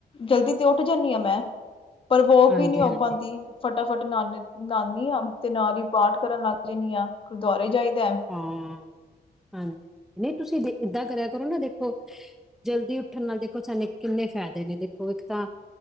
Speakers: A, on the left (about 30°); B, in the centre.
A: ਜਲਦੀ ਤੇ ਉੱਠ ਜਾਂਦੀ ਹਾਂ ਮੈਂ, ਪਰ ਵੋਕ
B: ਹਾਂਜੀ
A: ਹੀ ਨਹੀਂ ਹੋ
B: ਹਾਂਜੀ
A: ਪਾਂਦੀ ਫਟਾਫਟ ਨਾਨੇ ਨਹਾਨੀ ਆਂ ਤੇ ਨਾਲ ਹੀ ਪਾਠ ਕਰਨ ਲੱਗ ਜਾਂਨੀ ਆਂ ਗੁਰਦੁਆਰੇ ਜਾਈਦੈ।
B: ਹਾਂ ਹਾਂਜੀ ਨਹੀਂ ਦੇ ਤੁਸੀਂ ਏਦਾਂ ਕਰਿਆ ਕਰੋ ਨਾ ਦੇਖੋ। ਜਲਦੀ ਉੱਠਣ ਨਾਲ ਦੇਖੋ ਸਾਨੇ ਕਿੰਨੇ ਫ਼ਾਇਦੇ ਨੇ ਦੇਖੋ ਇੱਕ ਤਾਂ